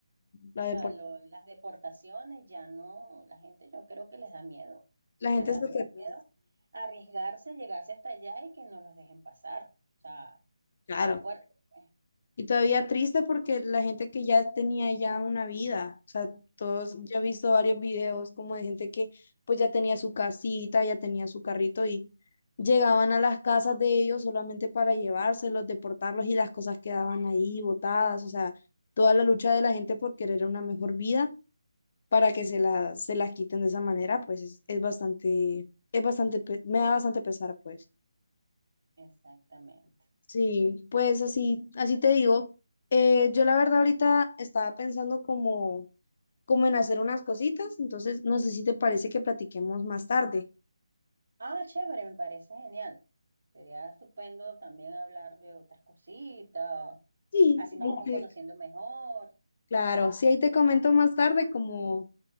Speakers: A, on the left; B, on the right.
A: la
B: sea,
A: depor-
B: lo- las deportaciones, ya no, la gente yo creo que les da miedo,
A: La gente
B: les da
A: se
B: mucho
A: queda.
B: miedo arriesgarse, llegarse hasta allá y que no los dejen pasar. O sea,
A: Claro.
B: es fuerte, pues.
A: Y todavía triste porque la gente que ya tenía ya una vida, o sea, todos,
B: Sí,
A: yo he visto varios videos como de gente que pues ya tenía su casita, ya tenía su carrito y llegaban a las casas de ellos solamente para llevárselos, deportarlos y las cosas quedaban ahí botadas, o sea, toda la lucha de la gente por querer una mejor vida para que se la, se las quiten de esa manera, pues es, es bastante, es bastante, pe- me da bastante pesar, pues.
B: exactamente.
A: Sí, pues así, así te digo. Eh, yo la verdad ahorita estaba pensando como, como en hacer unas cositas, entonces no sé si te parece que platiquemos más tarde.
B: Ah, chévere, me parece genial. Sería estupendo también hablar de otras cositas,
A: Sí,
B: así nos
A: ahí
B: vamos
A: te-
B: conociendo mejor.
A: claro, sí, ahí te comento más tarde como